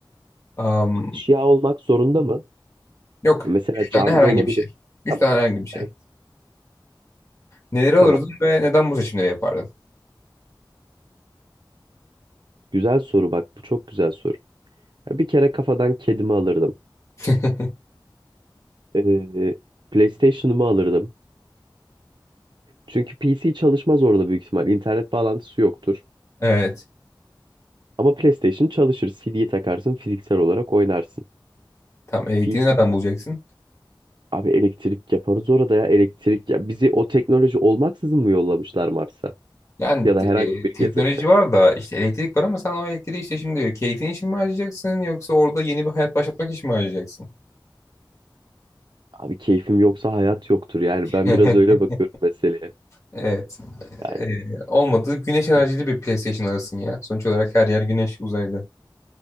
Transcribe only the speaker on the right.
Eşya olmak zorunda mı?
E, Mesela
canlı
olabilir.
Tamam.
Evet.
Tamam.
Güzel soru bak. Bu çok güzel soru. Ya bir kere kafadan kedimi alırdım.
Ee, PlayStation'ımı alırdım. Çünkü PC çalışmaz orada büyük ihtimal. İnternet bağlantısı yoktur.
Ama PlayStation çalışır. CD'yi takarsın, fiziksel olarak oynarsın.
PC...
Abi elektrik yaparız orada ya elektrik. Ya bizi o teknoloji olmaksızın mı yollamışlar Mars'a?
Ya
da herhangi
bir
gezegene.
Abi keyfim yoksa hayat yoktur. Yani ben
biraz öyle bakıyorum meseleye.
Yani